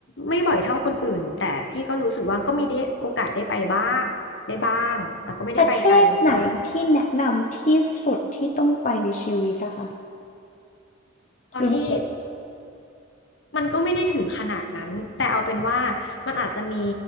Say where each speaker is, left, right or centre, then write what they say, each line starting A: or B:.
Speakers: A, on the left; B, on the left.
A: ไม่บ่อยเท่าคนอื่น แต่พี่ก็รู้สึกว่าก็มีได้โอกาสได้ไปบ้างได้บ้างแต่ก็ไม่ได้ไปไกลมาก
B: ประเทศไหนที่แนะนำที่สุดที่ต้องไปในชีวิตล่ะคะ
A: เอาที่
B: หรือหมดเลย
A: มันก็ไม่ได้ถึงขนาดนั้นแต่เอาเป็นว่ามันอาจจะมี